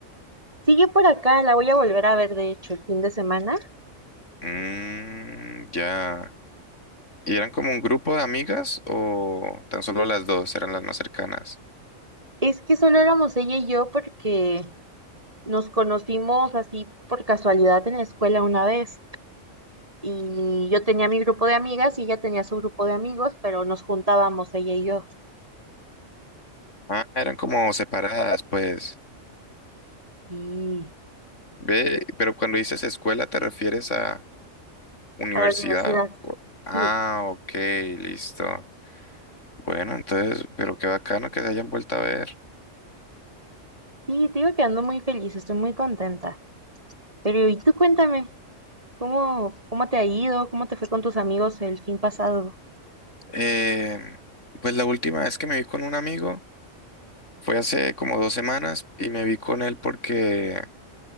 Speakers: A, on the right (about 25°); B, on the left (about 70°).
A: Sigue por acá, la voy a volver a ver de hecho el fin de semana
B: Mm, ya. ¿Y eran como un grupo de amigas o tan solo las dos eran las más cercanas?
A: Es que solo éramos ella y yo porque nos conocimos así por casualidad en la escuela una vez. Y yo tenía mi grupo de amigas y ella tenía su grupo de amigos, pero nos juntábamos ella y yo.
B: Ah, eran como separadas, pues.
A: Y
B: Ve, pero cuando dices escuela, ¿te refieres a universidad?
A: a la universidad.
B: Cu- Ah,
A: Sí,
B: ok, listo. Bueno, entonces, pero qué bacano que se hayan vuelto a ver.
A: sí, te digo que ando muy feliz, estoy muy contenta. Pero y tú cuéntame, ¿cómo, cómo te ha ido? ¿Cómo te fue con tus amigos el fin pasado?
B: Eh, pues la última vez que me vi con un amigo fue hace como dos semanas y me vi con él porque